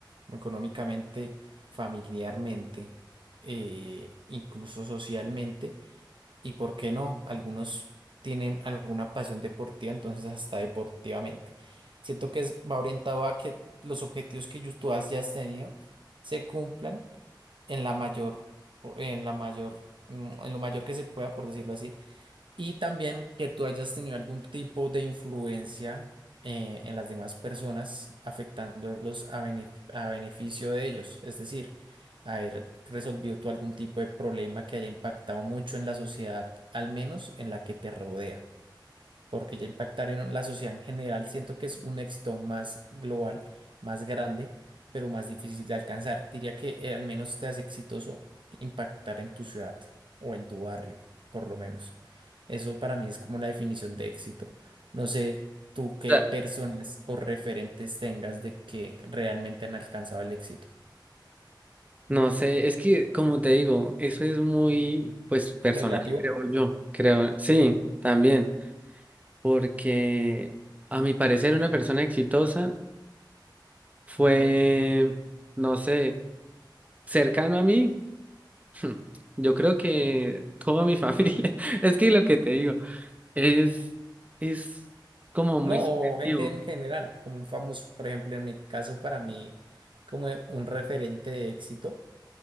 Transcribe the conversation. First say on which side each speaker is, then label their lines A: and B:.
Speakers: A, on the right; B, on the right.
A: como económicamente, familiarmente, eh, incluso socialmente, y por qué no, algunos tienen alguna pasión deportiva, entonces hasta deportivamente. Siento que es- va orientado a que los objetivos que yo- tú has, ya has tenido se cumplan en la mayor, en la mayor, mm, en lo mayor que se pueda, por decirlo así y también que tú hayas tenido algún tipo de influencia eh, en las demás personas, afectándolos a, bene- a beneficio de ellos. Es decir, haber resolvido tú algún tipo de problema que haya impactado mucho en la sociedad, al menos en la que te rodea. Porque ya impactar en la sociedad en general siento que es un éxito más global, más grande, pero más difícil de alcanzar. Diría que eh, al menos te hace exitoso impactar en tu ciudad o en tu barrio, por lo menos. Eso para mí es como la definición de éxito. No sé tú
B: O
A: qué
B: sea,
A: personas o referentes tengas de que realmente han alcanzado el éxito
B: No sé, es que como te digo, eso es muy, pues, personal,
A: relativo.
B: creo yo, creo, sí, también, porque a mi parecer una persona exitosa fue, no sé, cercano a mí, <laughs> yo creo que toda mi familia, <laughs> es que lo que te digo, es, es como muy
A: No,
B: subjetivo,
A: o gente en general, como un famoso, por ejemplo, en mi caso, para mí, como un referente de éxito.